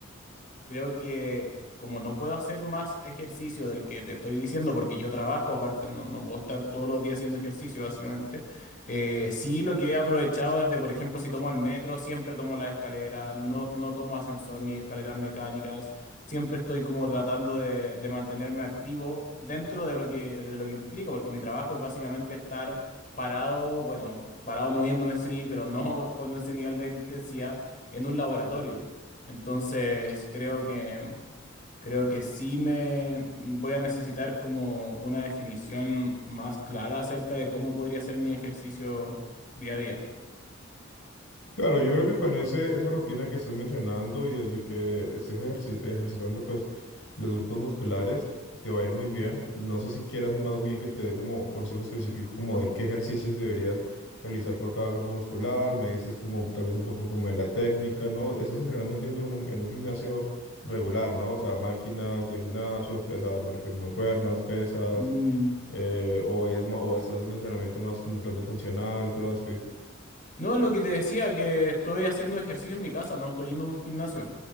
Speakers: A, on the left; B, on the left.
A: Creo que como no puedo hacer más ejercicio del que te estoy diciendo, porque yo trabajo, aparte no, no puedo estar todos los días haciendo ejercicio, básicamente, eh, sí lo que he aprovechado es de, por ejemplo, si tomo el metro, siempre tomo la escalera, no, no tomo ascensor ni escaleras mecánicas, siempre estoy como tratando de, de mantenerme activo dentro de lo que, de lo que implica, porque mi trabajo es básicamente estar parado, bueno, parado moviéndome, sí, pero no con ese nivel de intensidad en un laboratorio. Entonces, creo que creo que sí me voy a necesitar como una definición más clara acerca de cómo podría ser mi ejercicio día a día.
B: Claro, yo creo que con ese, esa rutina que estás mencionando y desde que estés ejerci- ejercitando pues los grupos musculares, te va a ir muy bien. No sé si quieras más bien que te dé como consejo específico como de qué ejercicios deberías realizar por cada grupo muscular. Me dices como tal vez un poco como de la técnica, ¿no? Estás entrenando, entiendo, en un, en un gimnasio regular, ¿no? O sea, máquinas de gimnasio, o sea, me refiero a mancuernas, pesas,
A: Mm,
B: eh, o, es, ma- o estás haciendo entrenamiento más como tal vez funcional, CrossFit.
A: No, lo que te decía, que estoy haciendo ejercicio en mi casa, no estoy yendo a un gimnasio.